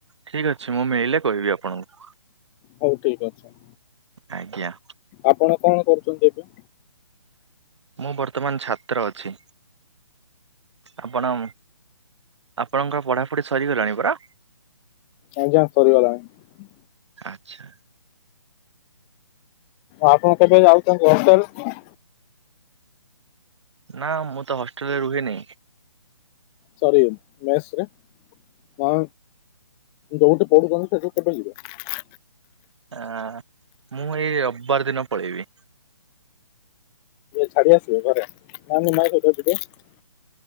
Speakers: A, on the right; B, on the left.
A: ଠିକ ଅଛି ମୁଁ ମିଳିଲେ କହିବି ଆପଣଙ୍କୁ।
B: ହଉ ଠିକ ଅଛି।
A: ଆଜ୍ଞା।
B: ଆପଣ କଣ କରୁଛନ୍ତି ଏବେ?
A: ମୁଁ ବର୍ତ୍ତମାନ ଛାତ୍ର ଅଛି। ଆପଣ ଆପଣଙ୍କର ପଢାପଢି ସରିଗଲାଣି ପରା।
B: ଆଜ୍ଞା ସରିିଗଲାଣି।
A: ଆଚ୍ଛା।
B: ଆପଣ କେବେ ଯାଉଛନ୍ତି ହଷ୍ଟେଲ।
A: ନା ମୁଁ ତ ହଷ୍ଟେଲରେ ରୁହେନି।
B: ସରି ମେସରେ, ନାଁ ଯୋଉଠି ପଢୁଛନ୍ତି ସେଠିକି କେବେ ଯିବେ?
A: ଆ ମୁଁ ଏଇ ରବିବାର ଦିନ ପଳେଇବି।
B: ଛାଡ଼ି ଆସ ଘରେ ନା <unintelligible>